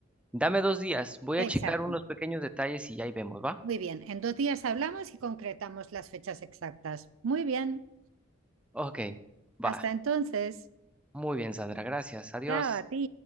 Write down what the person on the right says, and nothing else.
exacto.
Muy bien, en dos días hablamos y concretamos las fechas exactas. Muy bien,
hasta entonces.
Chao a ti.